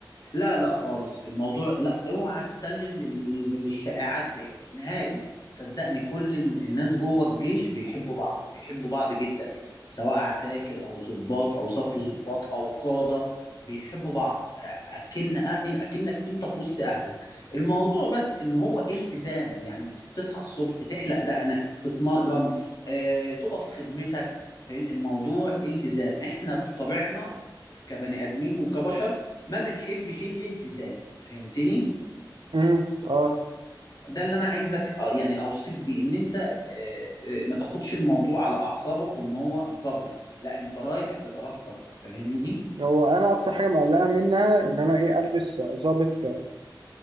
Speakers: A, on the left; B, on the right.
A: لا لا خالص الموضوع لا اوعى تسلم لل- للشائعات ديت نهائي صدقني كل ال- الناس جوه الجيش بيحبوا بعض بيحبوا بعض جدا سواء عساكر او ضباط او صف ضباط او قادة بيحبوا بعض اكن اكنك انت في وسط اهلك الموضوع بس ان هو التزام يعني تصحى الصبح تحلق دقنك تتمرن آه، تقف خدمتك فالموضوع التزام احنا بطبعنا كبني ادمين وكبشر ما بنحبش الالتزام فهمتني
B: امم اه
A: ده اللي انا عايزك آه، يعني اوصيك بيه ان انت آه، آه، ما تاخدش الموضوع على اعصابك وان هو جبر لا انت رايح بارادتك فاهمني
B: هو انا اكتر حاجة مقلقة منها ان انا ايه البس ظابط